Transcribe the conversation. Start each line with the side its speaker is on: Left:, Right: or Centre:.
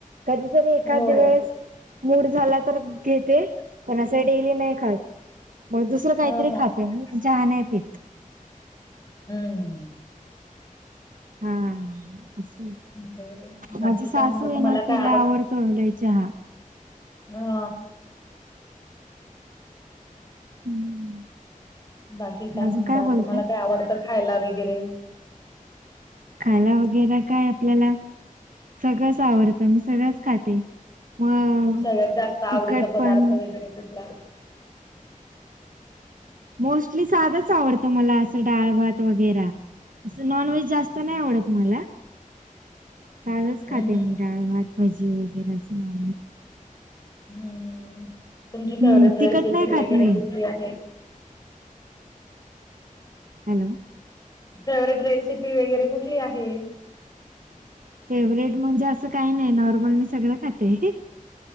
Right: कधीतरी एका
Left: हो
Right: दिवस मूड झाला तर घेते पण असं डेली नाही खात ब दुसरं
Left: हो
Right: काहीतरी
Left: हो
Right: खाते
Left: हो
Right: मी तुमच्या हान आहे पीित
Left: हम्म
Right: हा अस
Left: बरं बाकी
Right: माझी सासू
Left: काय म्हणत
Right: आहे
Left: तुम्हाला
Right: ना
Left: काय
Right: तिला आवडतो अलाय चहा
Left: हा
Right: हम्म
Left: बाकी काय
Right: अजून
Left: म्हणतात
Right: बोलताय?
Left: तुम्हाला काय आवडतं खायला वगैरे
Right: खायला वगैरे काय आपल्याला सगळंच आवडतं मी सगळंच खाते मग
Left: सगळ्यात जास्त आवडीचा
Right: तिखट
Left: पदार्थ
Right: पण
Left: वगैरे कुठला
Right: मोस्टली साधच आवडतं मला असं डाळ भात वगैरे असं नॉनव्हेज जास्त नाही आवडत मला साधच
Left: हम्
Right: खाते
Left: हम्
Right: मी डाळभात भजी वगैरे अस ना
Left: हम्म तुमची फेवरेट
Right: हम्म
Left: रेसिपी
Right: तिखट नाही खात
Left: वगैरे
Right: मी
Left: कुठली आहे
Right: हॅलो
Left: फेवरेट रेसिपी वगैरे कुठली आहे.
Right: फेवरेट म्हणजे असं काही नाही. नॉर्मल मी सगळं खाते